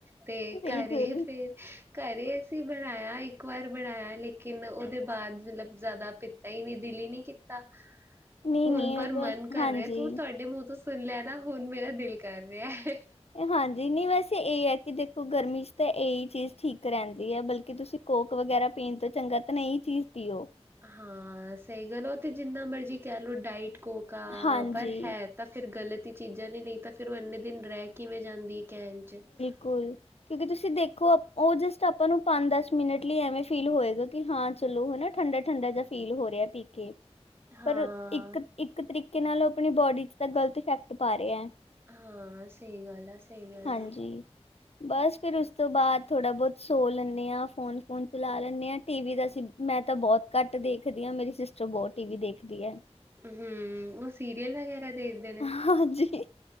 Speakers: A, on the right; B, on the left.
A: ਤੇ
B: ਬਿਲਕੁਲ
A: ਫੇਰ ਘਰੇ ਅਸੀਂ ਬਣਾਇਆ, ਇੱਕ ਵਾਰ ਬਣਾਇਆ, ਲੇਕਿਨ ਉਹਦੇ ਬਾਅਦ ਮਤਲਬ ਜ਼ਿਆਦਾ ਪ ਨਈ, ਨੀ ਦਿਲ ਹੀ ਨਹੀਂ ਕੀਤਾ।
B: <inaudible>
A: ਹੁਣ ਪਰ
B: ਬਸ
A: ਮਨ ਕਰ
B: ਹਾਂਜੀ।
A: ਰਿਹਾ ਹੁਣ ਤੁਹਾਡੇ ਮੂੰਹ ਤੋਂ ਸੁਣ ਲਿਆ ਨਾ, ਹੁਣ ਮੇਰਾ ਦਿਲ ਕਰ ਰਿਹਾ ਹੈ।
B: ਹਾਂਜੀ ਨਹੀਂ ਵੈਸੇ ਇਹ ਹੈ ਕਿ ਦੇਖੋ, ਗਰਮੀ 'ਚ ਤਾਂ ਇਹੀ ਚੀਜ਼ ਠੀਕ ਰਹਿੰਦੀ ਹੈ ਬਲਕਿ ਤੁਸੀਂ ਕੋਕ ਵਗੈਰਾ ਪੀਣ ਤੋਂ ਚੰਗਾ ਤਾਂ ਇਹ ਹੀ ਚੀਜ਼ ਪੀਓ।
A: ਹਾਂ ਸਹੀ ਗੱਲ ਹੈ ਉਹ ਤੇ ਜਿੰਨਾ ਮਰਜ਼ੀ ਕਹਿ ਲਓ, ਡਾਇਟ ਕੋਕ ਆ
B: ਹਾਂਜੀ
A: ਪਰ ਹੈ ਤਾਂ ਫਿਰ ਗ਼ਲਤ ਹੀ ਚੀਜ਼ਾਂ ਦੀ ਨਹੀਂ, ਤਾਂ ਫਿਰ ਉਹ ਇੰਨੇ ਦਿਨ ਰਹਿ ਕਿਵੇਂ ਜਾਂਦੀ ਹੈ ਕੇਨ ਚ '
B: ਕੋਕ ਕਿਉਂਕਿ ਤੁਸੀਂ ਦੇਖੋ, ਉਹ ਜਸਟ ਆਪਾਂ ਨੂੰ ਪੰਜ ਦਸ ਮਿੰਟ ਲਈ ਐਵੇਂ ਫੀਲ ਹੋਏਗਾ ਕਿ ਹਾਂ ਚਲੋ, ਹਨਾ ਠੰਡਾ ਠੰਡਾ ਜਿਹਾ ਫੀਲ ਹੋ ਰਿਹਾ ਪੀ ਕੇ
A: ਹਾਂ
B: ਪਰ ਇੱਕ, ਇੱਕ ਤਰੀਕੇ ਨਾਲ ਆਪਣੀ ਬੋਡੀ ਚ' ਤਾਂ ਗ਼ਲਤ ਇਫੈਕਟ ਪਾ ਰਿਹਾ ਹੈ।
A: ਹਾਂ, ਸਹੀ ਗੱਲ ਆ। ਸਹੀ ਗੱਲ
B: ਹਾਂਜੀ,
A: ਆ
B: ਬਸ ਫਿਰ ਉਸ ਤੋਂ ਬਾਅਦ ਥੋੜ੍ਹਾ ਬਹੁਤ ਸੋ ਲੈਂਦੇ ਹਾਂ, ਫੋਨ ਫੁਨ ਚਲਾ ਲੈਂਦੇ ਹਾਂ, ਟੀ ਵੀ ਦਾ ਅਸੀਂ ਮੈਂ ਤਾਂ ਬਹੁਤ ਘੱਟ ਦੇਖਦੀ ਹਾਂ, ਮੇਰੀ ਸਿਸਟਰ ਬਹੁਤ ਟੀ ਵੀ ਦੇਖਦੀ ਆ।
A: ਹਮ, ਉਹ ਸੀਰੀਅਲ ਵਗੈਰਾ ਦੇਖਦੇ ਨੇ?
B: ਹਾਂਜੀ